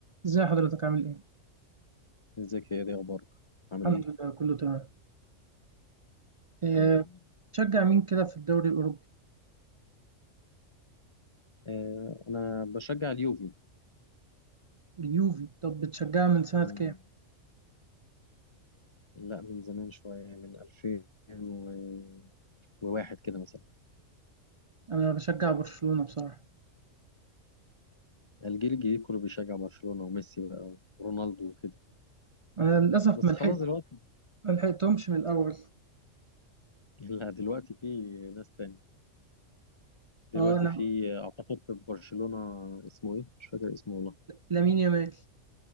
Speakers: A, on the right; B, on the left.
A: ازاي حضرتك عامل ايه؟
B: ازيك يا دي اخبارك عامل
A: الحمد
B: ايه
A: لله كله تمام. أه
B: الحمد لله
A: بتشجع مين كده في الدوري الأوروبي؟
B: آه انا بشجع اليوفي
A: اليوفي طب بتشجعها من سنة
B: مم،
A: كام؟
B: لا من زمان شويه من 2001 كده مثلا
A: أنا بشجع برشلونة بصراحة.
B: الجيل الجديد كله بيشجع برشلونه وميسي بقى ورونالدو وكده
A: أنا للأسف
B: بس
A: ما لحقت
B: خلاص دلوقتي
A: ما لحقتهمش من الأول.
B: <laughs> لا دلوقتي في ناس تاني دلوقتي
A: اه أنا
B: في اعتقد في برشلونه اسمه ايه مش فاكر اسمه والله
A: لامين يامال